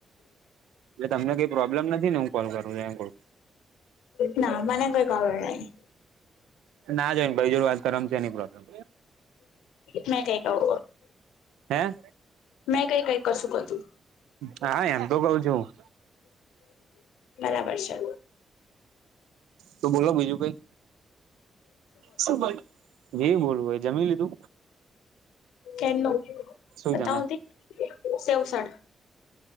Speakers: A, on the right (about 80°); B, on the left (about 85°).
A: એટલે તમને કઈ પ્રોબ્લેમ નથી ને હું કોલ કરું તો એમ કઉ?
B: ના મને કોઈ ખબર નહી.
A: ના જ હોય ભાઈ જો ડે વાત કરવામાં સેની પ્રોબ્લેમ.
B: મેં કઈ કહું.
A: હે?
B: મેં કઈ કઈ કશું ક ધુ.
A: હા એમ તો કઉ છું હું.
B: બરાબર છે.
A: તો બોલો બીજું કઈ. શું બોલુ જે બોલવુ હોઈ જમી લીધુ?
B: કેનો?
A: શું
B: બતાવતી
A: જમે
B: સેવસડ.